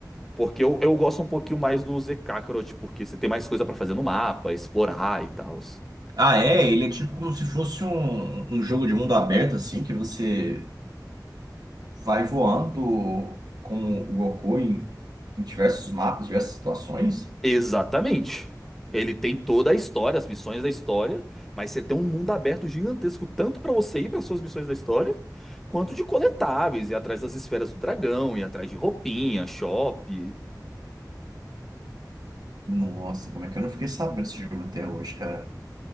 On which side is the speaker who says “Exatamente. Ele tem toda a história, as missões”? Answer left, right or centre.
Centre